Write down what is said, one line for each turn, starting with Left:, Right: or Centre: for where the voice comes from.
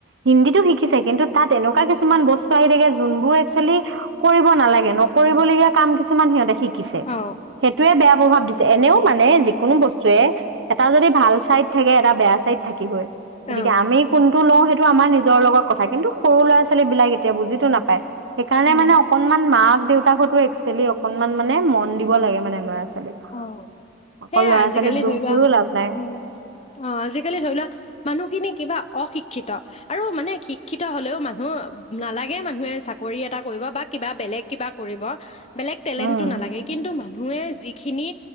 Right: হিন্দীতো শিকিছে কিন্তু তাত এনেকুৱা কিছুমান বস্তু আহি থাকে যোনবোৰ একচুৱেলি কৰিব নালাগে নকৰিবলগীয়া কাম কিছুমান সিহঁতে কিছে
Left: অ
Right: সেইটোৱে বেয়া প্ৰভাৱ দিছে এনেও মানে
Left: উম
Right: যিকোনো বস্তুৱে এটা যদি ভাল চাইদ থাকে এটা বেয়া চাইড থাকিবই
Left: অ
Right: গতিকে আমি কোনটো লওঁ সেইটো টো আমাৰ নিজৰ লগত কথা কিন্তু সৰু ল'ৰা ছোৱালী বিলাক এতিয়া বুজিতো নাপায় সেইকাৰণে
Left: উম
Right: মানে অকনমান মাক দেউতাকতো একচুৱেলি অকনমান মানে মন দিব লাগে মানে ল'ৰা ছোৱালীক
Left: অ
Right: অকল
Left: সেইয়াই
Right: ল'ৰা
Left: আজিকালি
Right: ছোৱালীক দুখ
Left: ধৰি
Right: দিও
Left: লোৱা
Right: লাভ নাই
Left: উম অ আজিকালি ধৰি লোৱা মানুহখিনি কিবা অশিক্ষিত আৰু মানে শিক্ষিত হলেও মানুহ নালাগে মানুহে চাকৰি এটা কৰিব বা কিবা বেলেগ কিবা কৰিব বেলেগ টেলেণ্টো
Right: উম,
Left: নালাগে কিন্তু মানুহে যি খিনি